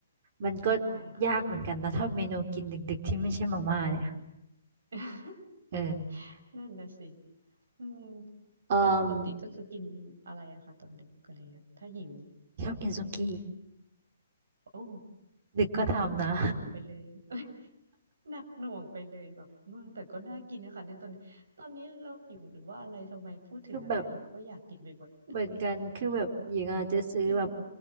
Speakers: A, on the right (about 45°); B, on the right (about 75°).
A: มันก็
B: ใช่ค่ะ
A: ยากเหมือนกันนะถ้าเมนูกินดึกๆที่ไม่ใช่มาม่าเนี่ย
B: <laughs>
A: เออ
B: นั่นนะสิอืม
A: เออ
B: แล้วปกติก็คือกินอะไรอะคะตอนดึกอะไรเงี้ยถ้าหิว
A: ชอบกินสุกี้
B: โอ้
A: ดึกก็ทำนะ
B: หนักหน่วงไปเลย <laughs> หนักหน่วงไปเลยแบบเออแต่ก็น่ากินนะคะเนี่ยตอนนี้ตอนนี้เราหิวหรือว่าอะไรทำไมพูดถึงอะไรเราก็อยากกินไปหมด
A: <laughs> คือแบบเหมือนกันคือแบบหญิงอาจจะซื้อแบบ
B: <laughs> จริง